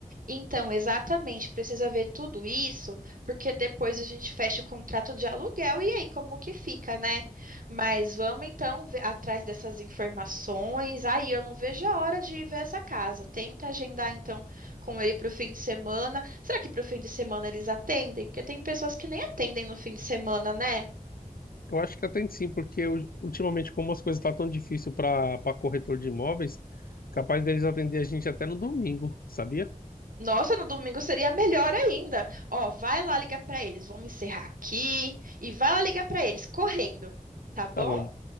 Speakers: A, on the right (about 70°); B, on the left (about 80°).
A: Então, exatamente, precisa ver tudo isso, porque depois a gente fecha o contrato de aluguel e aí como que fica, né? Mas vamos então ver- atrás dessas informações. Aí eu não vejo a hora de ir ver essa casa. Tenta agendar então com ele para o fim de semana. Será que para o fim de semana eles atendem? Porque tem pessoas que nem atendem no fim de semana, né?
B: Eu acho que até sim, porque eu- ultimamente como as coisas estão tão difícil para para corretor de imóveis, capaz deles atender a gente até no domingo, sabia?
A: Nossa, no domingo seria melhor ainda. Ó, vai lá ligar para eles. Vamos encerrar aqui e vai lá ligar para eles correndo, tá bom?
B: Tá bom,